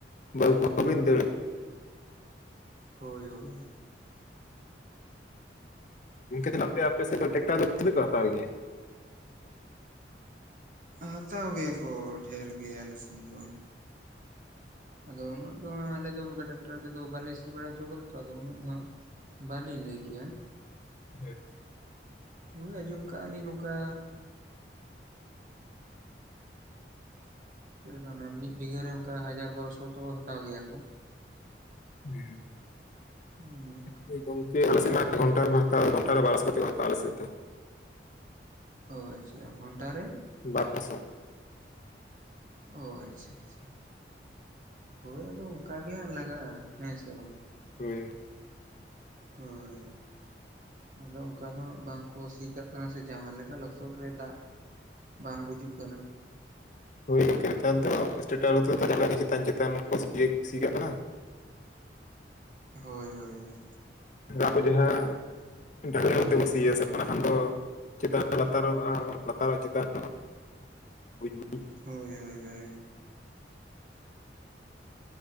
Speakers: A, on the left (about 45°); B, on the right (about 45°).
A: ᱵᱟ ᱜᱳᱵᱤᱱᱫᱚ <inaudible>
B: ᱦᱳᱭ ᱦᱳᱭ ᱾
A: ᱚᱱᱠᱟᱹᱛᱮ ᱦᱮᱱᱟᱜ ᱟᱯᱮ ᱥᱮᱫ ᱫᱚ ᱴᱮᱠᱴᱟᱨ ᱫᱚ ᱛᱤᱱᱟᱹᱜ ᱠᱟ ᱦᱟᱛᱟᱣ ᱜᱮᱭᱟ?
B: ᱦᱟᱛᱟᱣ ᱜᱮᱠᱚ ᱰᱷᱮᱨ ᱜᱮ ᱟᱞᱮ ᱥᱮᱱ ᱫᱚ ᱾ ᱟᱫᱚ ᱩᱱᱟᱹᱜ ᱫᱚ ᱟᱞᱮ ᱫᱚ ᱚᱱᱠᱟ ᱴᱟᱠᱴᱟᱨ ᱛᱮᱫᱚ ᱵᱟᱞᱮ ᱥᱤ ᱵᱟᱲᱟ ᱦᱚᱪᱚ ᱠᱟᱫᱟ ᱛᱚ, ᱟᱫᱚ ᱩᱱᱟᱹᱜ ᱫᱚ ᱦᱟᱸᱜ ᱵᱟᱞᱤᱧ ᱞᱟᱹᱭ ᱠᱮᱭᱟ᱾
A: <inaudible>
B: ᱦᱳᱭ ᱟᱸᱡᱚᱢ ᱠᱟᱜ-ᱟ ᱞᱤᱧ ᱱᱚᱝᱠᱟᱼᱼ ᱪᱮᱫ ᱞᱮᱠᱟ ᱚᱱᱟ ᱢᱤᱫ ᱵᱤᱜᱷᱟᱹ ᱨᱮ ᱚᱝᱠᱟ ᱦᱟᱡᱟᱨ ᱵᱟᱨᱚᱥᱚ ᱛᱚ ᱦᱟᱛᱟᱣ ᱜᱮᱭᱟ ᱠᱚ ᱾
A: <unintelligible>
B: <inaudible>
A: ᱦᱳᱭ ᱜᱚᱝᱠᱮ ᱟᱞᱮᱥᱮᱫ ᱢᱟ ᱜᱷᱚᱱᱴᱟ ᱨᱮᱢᱟ ᱦᱟᱛᱟᱣᱟ ᱜᱚᱱᱴᱟ ᱨᱮ ᱵᱟᱨᱚᱥᱚ ᱠᱟᱛᱮᱫ ᱠᱚ ᱦᱟᱛᱟᱣᱟ ᱟᱞᱮ ᱥᱮᱫ ᱫᱚ ᱾
B: ᱚ ᱟᱪᱪᱷᱟ ᱜᱷᱚᱱᱴᱟ ᱨᱮ
A: <unintelligible>
B: ᱚ ᱟᱪᱪᱷᱟ ᱟᱪᱪᱷᱟ ᱦᱳᱭ ᱟᱫᱚ ᱚᱱᱠᱟ ᱜᱮ ᱦᱟᱸᱜ ᱞᱟᱜᱟᱜᱼᱟ ᱦᱮᱸ ᱥᱮ ᱵᱟᱝ᱾
A: ᱦᱳᱭ᱾
B: ᱦᱮᱸ ᱟᱫᱚ ᱚᱱᱠᱟ ᱫᱚ ᱦᱜ ᱵᱟᱝ ᱠᱚ ᱥᱤ ᱠᱟᱜ ᱠᱟᱱᱟ ᱥᱮ ᱡᱟᱦᱟᱸ ᱞᱮᱠᱟ ᱞᱚᱥᱚᱫ ᱨᱮ ᱫᱟᱜ ᱵᱟᱝ ᱜᱩᱡᱩᱜ ᱠᱟᱱᱟ
A: ᱦᱳᱭ ᱜᱠᱮ ᱱᱮᱛᱟᱨ ᱫᱚ ᱮᱥᱴᱟ ᱴᱟᱭᱳᱢ ᱨᱫᱚ ᱪᱮᱛᱟᱱ ᱪᱮᱛᱟᱱ ᱠᱚ ᱥᱤ ᱠᱟᱜ ᱠᱟᱱᱟ
B: ᱦᱳᱭ ᱦᱳᱭ ᱦᱳᱭ
A: ᱟᱵᱮ ᱡᱟᱦᱟᱸ ᱰᱮᱞ ᱛᱮ ᱵ ᱥᱤᱭᱟ ᱥᱮ ᱚᱱᱟ ᱠᱷᱟᱱ ᱫᱚ <inaudible> ᱪᱮᱛ ᱨᱮᱱᱟᱜ ᱞᱟᱛᱟᱨᱚᱜᱼᱟ ᱞᱟᱛᱟᱨᱚ-ᱜ ᱪᱮᱛᱟᱱ ᱵᱩᱡ ᱢᱮ
B: ᱦᱳᱭ ᱦᱳᱭ ᱦᱳᱭ